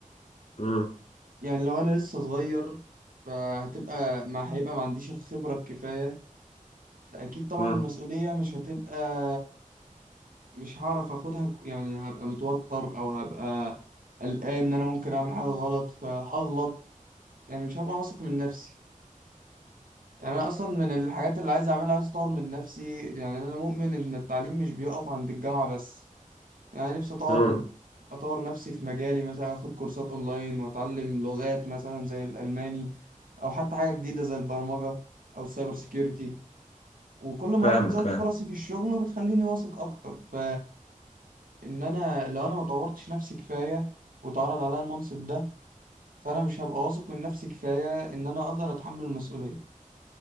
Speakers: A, on the left; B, on the right.
A: امم
B: يعني لو انا لسه صغير فهتبقى ما هيبقى ما عنديش الخبرة الكفاية فأكيد طبعا
A: امم
B: المسؤولية مش هتبقى مش هعرف اخدها ك- يعني هبقى متوتر او هبقى قلقان ان انا ممكن اعمل حاجه غلط فهغلط يعني مش هبقى واثق من نفسي يعني انا اصلا من الحاجات اللي عايز اعملها عايز اطور من نفسي يعني انا مؤمن ان التعليم مش بيقف عند الجامعه بس يعني نفسي اطور
A: امم
B: اطور نفسي في مجالي مثلا اخد كورسات اونلاين واتعلم لغات مثلا زي الالماني او حتى حاجه جديده زي البرمجه او السايبر سيكيورتي وكل مهاره
A: فاهمك
B: بتزود
A: فاهمك
B: فرصي في الشغل وبتخليني واثق اكتر ف ان انا لو انا ما طورتش نفسي كفايه واتعرض عليا المنصب ده فانا مش هبقى واثق من نفسي كفايه ان انا اقدر اتحمل المسؤوليه